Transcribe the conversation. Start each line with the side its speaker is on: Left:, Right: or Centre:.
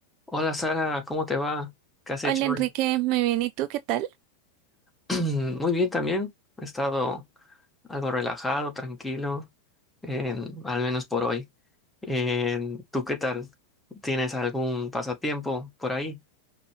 Centre: Hola Sara, ¿cómo te va? ¿Qué has hecho
Right: Hola Enrique,
Centre: hoy?
Right: muy bien. ¿Y tú qué tal?
Centre: <clears throat> Muy bien también. He estado algo relajado, tranquilo, en- al menos por hoy. En- ¿tú qué tal? ¿Tienes algún pasatiempo por ahí?